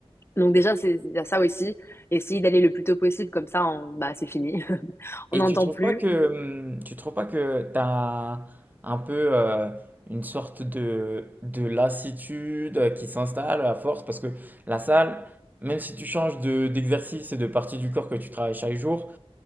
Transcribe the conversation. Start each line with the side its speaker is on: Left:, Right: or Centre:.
Left: Donc déjà, c'est, il y a ça aussi. Essayer d'aller le plus tôt possible, comme ça, on, bah, c'est fini. <laughs> On
Right: Et
Left: n'entend
Right: tu trouves
Left: plus.
Right: pas que hum, tu trouves pas que t'as un peu euh, une sorte de, de lassitude euh, qui s'installe à force parce que la salle, même si tu changes de, d'exercice et de partie du corps que tu travailles chaque jour,